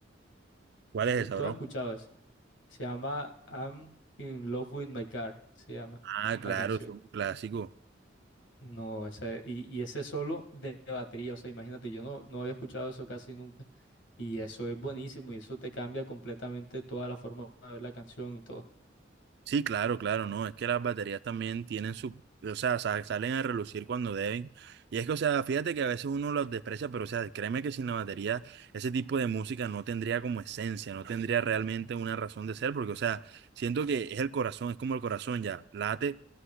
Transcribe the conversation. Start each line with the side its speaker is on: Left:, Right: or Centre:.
Right: ¿Cuál
Left: No-
Right: es esa,
Left: ¿Tú
Right: bro?
Left: has escuchado eso? Se llama I'm in love with my car, se llama
Right: Ah, claro,
Left: la canción.
Right: es un clásico.
Left: No, ese, y, y ese solo de batería, o sea, imagínate, yo no, no había escuchado eso casi nunca. Y eso es buenísimo y eso te cambia completamente toda la forma de ver la canción y todo.
Right: Sí, claro, claro, no, es que las baterías también tienen su, o sea, sa- salen a relucir cuando deben. Y es que, o sea, fíjate que a veces uno los desprecia, pero, o sea, créeme que sin la batería ese tipo de música no tendría como esencia, no tendría realmente una razón de ser, porque, o sea, siento que es el corazón, es como el corazón ya, late